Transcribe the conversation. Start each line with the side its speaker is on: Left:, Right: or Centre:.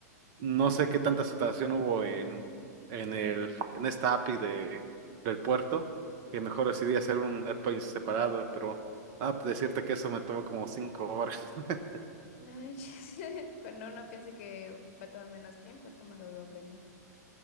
Right: No sé qué tanta saturación hubo en, en el, en esta API de, del puerto, que mejor decidí hacer un endpoint separado, pero ah, pues, decirte que eso me tomó como cinco horas. <laughs>
Left: No, <laughs> cuando uno piense que va a tomar menos tiempo, toma lo doble, ¿no?